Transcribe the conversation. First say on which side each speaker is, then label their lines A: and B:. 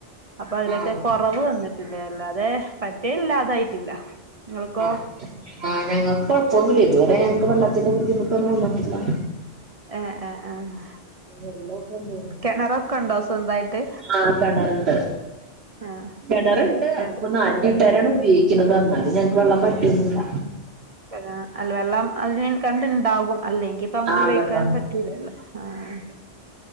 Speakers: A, on the right; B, on the right.
A: അപ്പൊ അതിലൊക്കെ
B: ആഹ്
A: കൊറ കെറവ് വന്നിട്ടിണ്ട് അല്ലാതെ പറ്റേ ഇല്ലാതായിട്ടില്ല നിങ്ങൾക്കോ
B: ആഹ് ആ ഞങ്ങക്കൊഴപ്പൊന്നുല്ല ഇതുവരെ ഞങ്ങക്ക് വെള്ളത്തിന്റെ ബുദ്ധിമുട്ടൊന്നും വന്നിട്ടില്ല
A: ഏഹ് ഏഹ് ഏഹ്
B: വെള്ളൊക്കെ ഉണ്ടോ
A: കെണറൊക്കെ ഉണ്ടോ സ്വന്തായിട്ട്
B: ആഹ് കെണറുണ്ട്
A: ആഹ്
B: കെണറുണ്ട്
A: വേണ്ട
B: അതിപ്പോ നാല് വീട്ടാരാണ് ഉപയോഗിക്കണത് എന്നാലുഞങ്ങക്ക് വെള്ളം വറ്റുയൊന്നുല്ല
A: പിന്നാ അല്ല വെളളം അതന് കണ്ടുണ്ടാകും അല്ലെങ്കിൽ ഇപ്പ അങ്ങനെ
B: ആഹ്
A: ഉപയോഗിക്കാൻ
B: വെള്ളമുണ്ട്
A: പറ്റുലല്ലോ ആഹ്